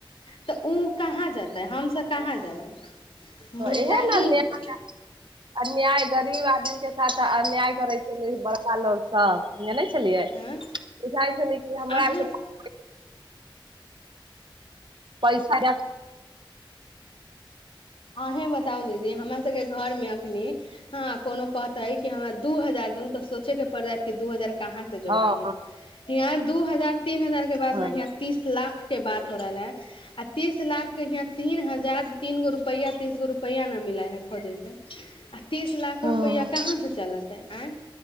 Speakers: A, on the left; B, on the right.
A: <unintelligible> उ कहाँ जेतै हमस कहाँ जेबै। मुद्दा
B: इहे ने
A: इ
B: अन्याय
A: है।
B: अन्याय गरीब आदमी के साथ अन्याय करै छै बड़का लोगस हँ जनै छलियै
A: हँ
B: बुझाइ छलिय कि हमरा
A: अहें
B: आर के पैसा <unintelligible>
A: अहि बताउ दीदी हमरा सके घर में अखनी ह कोनो कह तैय हमरा दू हजार दु तऽ सोचेके पड़ जायत कि दू हजार कहासँ जोगड़ियै।
B: हँ
A: हींया दू हजार तीन हजार के बात
B: हँ
A: न हीया तीस लाख के बात हो रहल है आ तीस लाख के हिंया तीन हजार तीनगो रु पैया तीसगो रुपैआ ना मिलै है खोजै से आ तीस लाख
B: हँ
A: रुपैया कहाँ से चलत। आइ